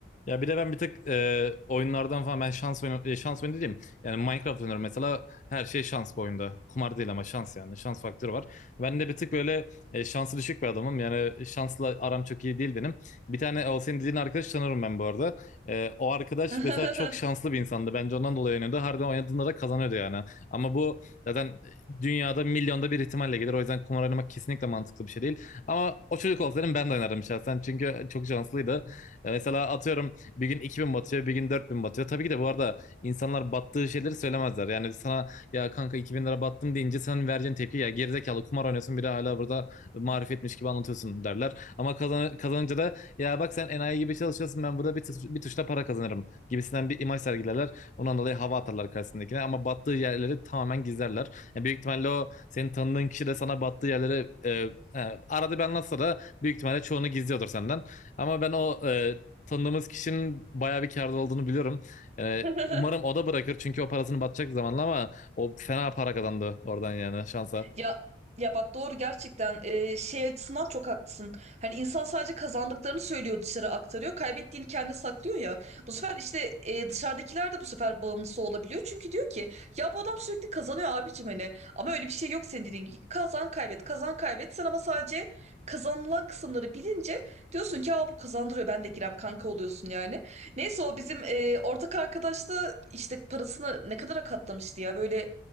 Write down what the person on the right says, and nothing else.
<laughs>
<laughs>
Ya ya bak doğru gerçekten Ee, şey açısından çok haklısın. Hani insan sadece kazandıklarını söylüyor dışarı aktarıyor. Kaybettiğini kendi saklıyor ya. Bu sefer işte e, dışarıdakiler de bu sefer bağımlısı olabiliyor. Çünkü diyor ki ya bu adam sürekli kazanıyor abicim hani. Ama öyle bir şey yok senin dediğin gibi. Kazan kaybet kazan kaybet. Sen ama sadece kazanılan kısımları bilince diyorsun ki aa bu kazandırıyor ben de girem kanka oluyorsun yani. Neyse o bizim e, ortak arkadaş da işte parasını ne kadara katlamıştı ya böyle